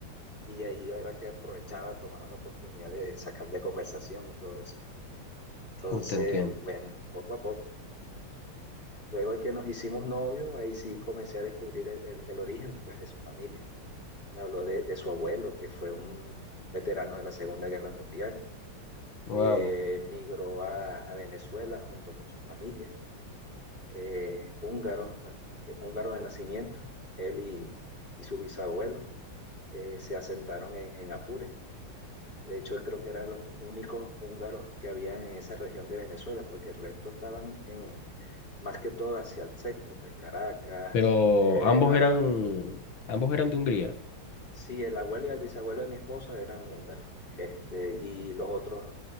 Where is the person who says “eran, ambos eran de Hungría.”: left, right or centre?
Left